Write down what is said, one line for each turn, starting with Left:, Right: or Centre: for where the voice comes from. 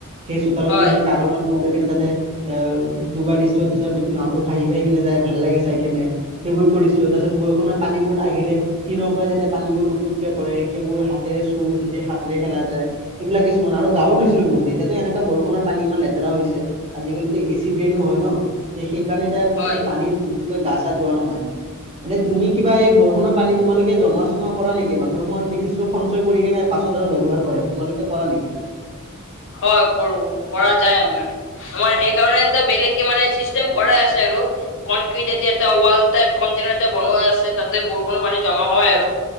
Right: সেই চোতালত
Left: হয়
Right: কি হৈছিল কাগজৰ কিনো তাতে অ ডুবাই ডষ্ট্ৰিক নাটো ভাহি -ভাহি কিনে যাই ভাল লাগে চাই কেনে সেইবোৰ কৰিছিলো তাৰপছত বৰষুণত। পানীবোৰ আহিলে টিনৰ পৰা যেতিয়া পানীবোৰ টুক টুক কে পৰে সেইবোৰ হাতেৰে চুই সতি হাতেৰে খেলা যায়। সেইবিলাক কিছুমান আৰু গা ধুছিলো বহুত এতিয়াতো এনেকা বৰষুণৰ পানী ইমান লেতেৰা হৈ হৈছে আজিকালিতো এ চি কিনো হয় ন সেইকাৰণে এতিয়া
Left: হয়।
Right: এই পানীত বেছিকৈ গা চা ধোৱা নহয় এনে তুমি কিবা এই বৰষুণ পানী তোমালোকে জমা চমা কৰা নেকি মানুহক মই দেখিছোঁ সঞ্চয় কৰি কিনে নাই পাছত আৰু ব্যৱহাৰ কৰে। তোমালোকে কৰা নেকি?
Left: হয় কৰো কৰা যায় আমাৰ আমাৰ সেইকাৰণে বেলেগকে মানে চিষ্টেম কৰাই আছে। কণকৃতে দি এটা ৱাল টাইপ কণ্টেনৰ বনোৱা আছে তাতে বৰষুণ পানী জমা হয় আৰু